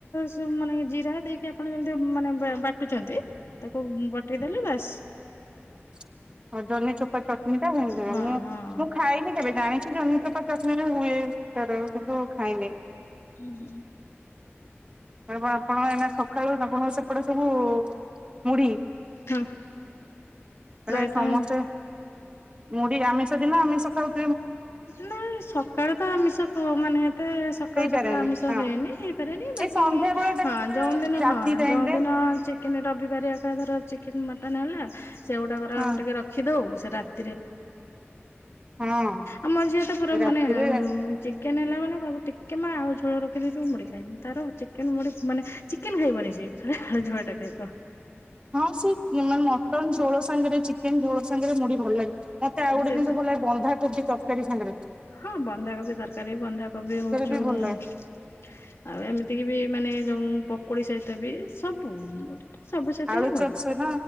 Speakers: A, on the left (about 70°); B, on the right (about 25°).
A: ସେମିତି ମାନେ ଜିରା ଦେଇକି ଆପଣ ଯେମିତି ମାନେ ବାଟୁଛନ୍ତି ତାକୁ ବଟେଇ ଦେଲେ ବାସ୍
B: <inaudible> ହଉ ଜହ୍ନି ଚୋପା ଚଟଣୀ ଟା ସେମିତି ହୁଏ
A: ହଁ
B: ମୁଁ
A: ହଁ
B: ମୁଁ ଖାଇନି କେବେ ଜାଣିଛି ଜହ୍ଚି ଚୋପା ଚଟଣି ରେ ହୁଏ ତାର କିନ୍ତୁ ଖାଇନି
A: ହୁଁ ହୁ
B: ଆ ଆପଣଙ୍କ ଏଇନା ସକାଳୁ ଆପଣଙ୍କ ସେପଟେ ସବୁ ମୁଢି?
A: ହଁ ର
B: ହେଲେ
A: ରାୟତା
B: ସମସ୍ତେ
A: ମ୍ୟାମ୍
B: ମୁଢି ଆମିଷ ଦିନ ଆମିଷ ଖାଉ
A: ନା ସକାଳୁ ତ ଆମିଷ ମାନେ ଏତେ ସକାଳୁ
B: ହେଇପାରେନି
A: ସକାଳୁ ଆମିଷ
B: ହଁ
A: ହୁଏନି। ହେ ଫେରେନି ଵାକି
B: ଏଇ ସନ୍ଧ୍ୟା ବେଳ ଟାଇମ
A: ହଁ
B: ରେ
A: ଯୋଉ ଦିନ
B: କି ରାତି
A: ହଁ
B: ଟାଇମ
A: ଯୋଉ
B: ରେ
A: ଦିନ ଚିକେନ୍ ରବିବାରିଆ ସେ ଧର ଚିକେନ୍ ମଟନ୍ ହେଲା ସେଗୁଡାକର
B: ହଁ
A: ଆମେ ଟିକେ ରଖିଦଉ ସେ ରାତିରେ
B: ହଁ
A: ଆମ ଝିଅ ତ ପୁରା ମାନେ
B: ରାତିରେ
A: ଉ ଚିକେନ୍ ହେଲା ମାନେ କଇବ ଟିକେ ମା ଆଉ ଝୋଳ ରଖିଦେଇଥିବ ମୁଡି ସେମ ତାର ଚିକେନ୍ ମୋଡେ ମାନେ ଚିକେନ୍ ଖାଇବନି ସେ ହଳଦୀଆ ଟା ଖାଇବ।
B: ହଁ ସେ ମାନେ ମଟନ୍ ଝୋଳ ସାଙ୍ଗରେ ଚିକେନ୍ ଝୋଳ ସାଙ୍ଗରେ ମୁଢି ଭଲ୍ ଲାଗେ। ମତେ ଆଉ ଗୋଟେ
A: ସେ
B: ଜିନିଷ ଭଲା ବନ୍ଧାକୋବି ତରକାରୀ ସାଙ୍ଗରେ
A: ହଁ ବନ୍ଧାକୋବି ତରକାରୀ ବନ୍ଧାକୋବି ହଉଚୁ
B: ସେଟା ବି ଭଲ
A: ଆଉ
B: ଲାଗେ
A: ଏ ଏମିତିକ ବି ମାନେ ଯୋଉଁ ଓଡ଼ି ସହିତ ବି ସବୁ ସବୁ ସହିତ
B: ଆଳୁ
A: ହିଁ
B: ଚପ
A: ଭଲ ଲେ
B: ସହିତ